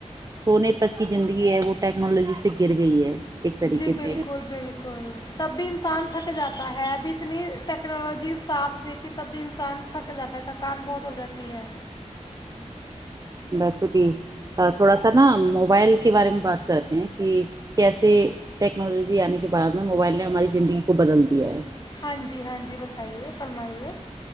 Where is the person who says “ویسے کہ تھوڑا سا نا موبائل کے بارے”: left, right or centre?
Right